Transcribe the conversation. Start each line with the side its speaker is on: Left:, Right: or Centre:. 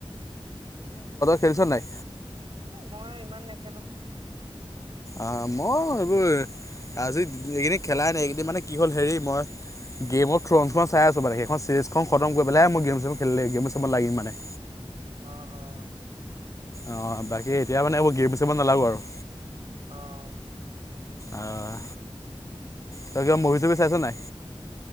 Left: খেলিচনেনাই?
Right: মই ইমান নেখেলো।
Left: অ' মই এইবোৰ আজি এইকেইদিন খেলাই নাই এইকেইদিন মানে কি হ'ল হেৰি মই গেম অফ থ্ৰোনস খন চাই আছো মানে সেইখন চিৰিজখন খতম কৰি পেলেহে মই গেম চেমত লাগিম মানে।
Right: অ', অ'।
Left: অ', বাকী
Right: ঠিকে
Left: এতিয়া মানে
Right: আছে।
Left: আকৌ গিৰ পুচিব নালাগো আৰু।
Right: অ'।
Left: অ',
Right: উম।
Left: তই কিবা মভি চভি চাইছ নাই?